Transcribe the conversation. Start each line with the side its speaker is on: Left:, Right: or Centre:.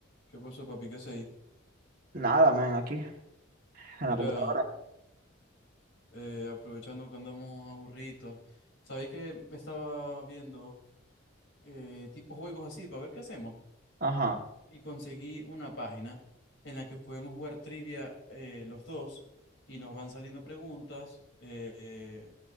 Left: ¿Qué pasó, papi? ¿Qué hacéis?
Right: Nada, man, aquí, en
Left: Mira,
Right: la computadora.
Left: eh, aprovechando que andamos aburridos, ¿sabéis que me estaba viendo eh, tipo juegos así para ver qué hacemos?
Right: Ajá.
Left: Y conseguí una página en la que podemos jugar trivia eh, los dos y nos van saliendo preguntas, eh,